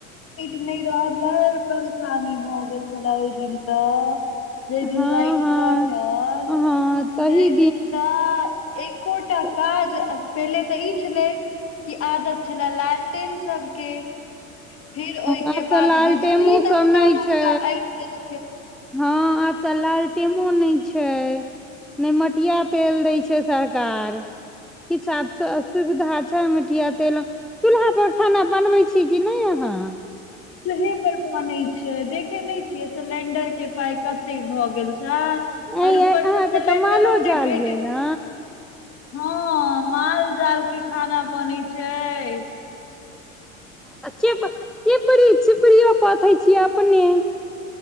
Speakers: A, on the left; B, in the centre.
A: नइ रह बड़ परेशानी भऽ गेल छला ओहि दिन तऽ जय दिन
B: हँ
A: लाइट
B: हँ
A: कटल
B: हँ तही
A: तइ दिन त एकोटा
B: हँ
A: काज पहिले तऽ ई छले कि आदत छला लालटेन सबके फिर ओइके
B: आब तऽ
A: बाद
B: लालटेमो
A: बिजली नबका
B: सब नहि
A: नबका
B: छै
A: आइन देल
B: हँ आब तऽ लाल टेमो नइ छइ ने मटियातेल दइ छै सरकार किछ आब स सुविधा छै मटिया तेलक चूल्हा पर खाना बनबइ छी कि नइ अहाँ हँ
A: चुलहे पर बनै छय देखइ नइ छियै सिलेंडर के पाय कतेक भऽ गेल नहि
B: ऐ
A: और उपरसँ
B: अहाँके
A: सिलेंडरो
B: तऽ मालो
A: नइ
B: जाल
A: भेटे
B: ये ने
A: हँ माल जाल के खाना बनइ छइ
B: अ चेप चेपरी चिपरी पथइ छियै अपने